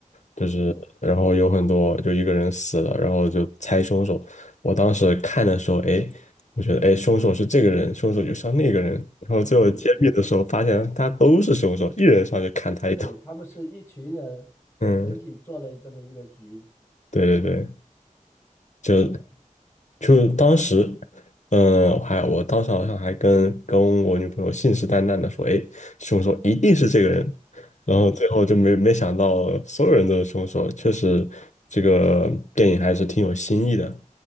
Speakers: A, on the left; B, on the left.
A: 就是然后有很多就一个人死了，
B: 嗯，
A: 然后就猜凶手。我当时看的时候，哎，我觉得哎，凶手是这个人，凶手就像那个人，然后最后揭秘的时候发现他都是凶手，
B: 对对对，
A: 一人上去砍他一刀。
B: 对，
A: <laughs>
B: 他们是一群人整体做了这么一个局，
A: 嗯，对对对。就
B: 呃，
A: 就当时，嗯，我还我当时好像还跟跟我女朋友信誓旦旦的说，哎，凶手一定是这个人，然后最后就没没想到所有人都是凶手，
B: 嗯。
A: 确实这个电影还是挺有新意的，